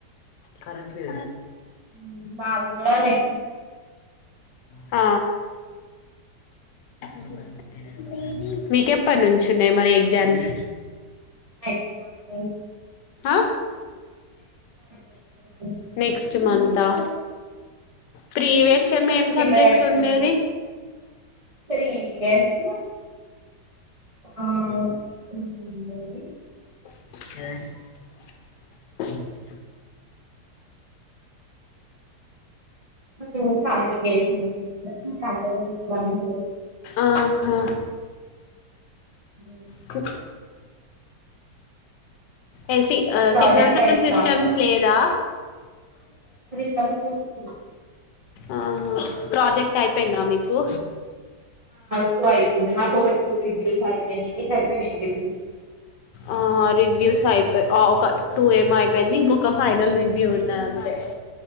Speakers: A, on the left; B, on the right.
A: కరెట్ లే
B: హు మాగుడా నే
A: ఆ <inaudible> మీకెప్పటి నుంచున్నాయి మరి ఎగ్జామ్స్
B: అ మాకు ఫెన్స్
A: ఆహా
B: నెక్స్ట్ మంత్
A: నెక్స్ట్ మంత తా ప్రీవియస్ ఏమ్ ఏం సబ్జెక్ట్స్
B: ప్రిపేర్ అయితున్నాం
A: ఉండేది
B: త్రీ ఇయర్స్ ఆ ఏది
A: <inaudible>
B: నాకేమో కమ్యూనికేషన్ స్కిల్స్
A: ఆహా
B: <inaudible>
A: కు ఏ సి, ఆ
B: ప్రాజెక్ట్
A: సిగ్నల్స్ సౌండ్
B: అయితుందా
A: సిస్టమ్స్
B: మీకు
A: లేదా
B: కరెక్ట్ గా ఒప్పుకున్నా
A: ఆహ ప్రాజెక్ట్ ఐ పోయింద, మీకు.
B: కు వే ఊ మాకు ఒక టు రివ్యూస్ అయిపోయినవి అయిపోయినయా మీ గినక
A: ఆ రివ్యూస్ అయిపొ ఆ ఒక టు ఏం అయిపొయింది. ఇంకొక ఫైనల్ రివ్యూ ఉంది అంతె.